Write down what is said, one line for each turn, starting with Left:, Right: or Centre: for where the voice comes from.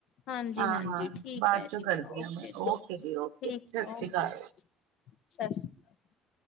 Left: ਹਾਂਜੀ,
Right: ਹਾਂ
Left: ਹਾਂਜੀ
Right: ਹਾਂ
Left: ਠੀਕ
Right: ਬਾਅਦ
Left: ਐ
Right: ਚੋਂ
Left: ਜੀ
Right: ਕਰਦੀ
Left: ਓਕੇ
Right: ਹਾਂ ਮੈਂ
Left: ਜੀ
Right: ਓਕੇ
Left: ਠੀਕ
Right: ਸਤਿ ਸ਼੍ਰੀ
Left: ਓਕੇ
Right: ਅਕਾਲ
Left: ਜੀ <inaudible>